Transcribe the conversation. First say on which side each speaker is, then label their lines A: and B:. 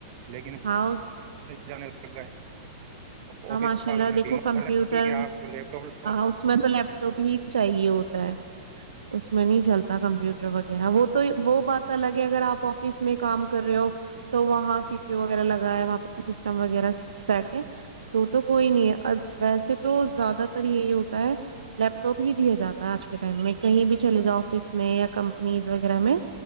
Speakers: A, on the right; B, on the right.
A: ل <unintelligible>
B: ہؤ
A: جانے لگ گئے <unintelligible>
B: ہاں
A: آفس
B: ماشاء
A: والوں
B: اللہ
A: نے
B: دیکھو
A: ڈیمانڈ
B: کمپیوٹر
A: رکھی کہ آپ لیپ ٹاپ لو
B: اس میں تو لیپٹ <unintelligible> تو بھی چاہیے ہوتا ہے <unintelligible> اس میں نہیں چلتا کمپیوٹر وغیرہ وہ تو وہ بات الگ ہے اگر آپ آفس میں کام کر رہے ہو تو وہاں سی پیو وغیرہ لگا ہے وہاں پہ سسٹم وغیرہ سیٹ ہے <unintelligible> تو تو کوئی نہیں ہے ویسے تو زیادہ تر یہ ہوتا ہے لیپ ٹاپ ہی دیا جاتا ہے آج کے ٹائم میں کہیں بھی چلے جاؤ آفس میں یا کمپنیز وغیرہ میں